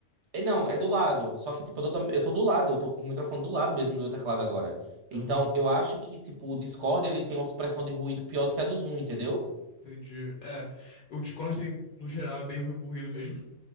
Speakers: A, on the right; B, on the left.
A: É, Não, é do lado. Só que, tipo, eu tô, da- eu tô do lado, eu tô com o microfone do lado mesmo do meu teclado agora. Então,
B: Aham,
A: eu acho que, tipo, o Discord, ele tem uma supressão de ruído pior do que a do Zoom, entendeu?
B: entendi. É, o Discord, tem, no geral, é bem ruim com ruído mesmo.